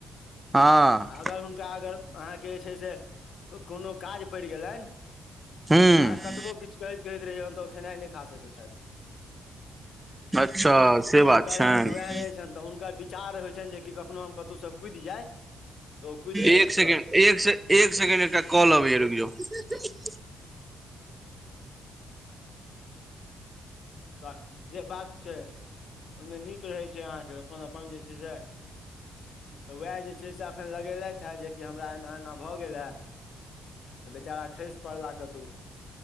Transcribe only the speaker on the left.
अगर हुनका अगर अहाँके जे छै से कोनो काज पेड़ गेलनि
अहाँ कतबो किछु कहैत कहैत रैह जेबै तऽ ओ खेनाइ नहि खा सकैत छथि
हुनकर
अहाँके उएह रहे छनि तऽ हुनकाच चार होइ छनि जेक कखनो हम कतहुसँ कुदि जाय तऽ ओ कुदि गेलै
तुरत
तऽ से बात छै ओहिमे नीक रहै छै अहाँके अपन अपन जे छै से तऽ उएह जे छै से एखन लगेलथि हे जेकि हमरा एना एना भऽ गेलए बेचारा खसि पड़ला कतहु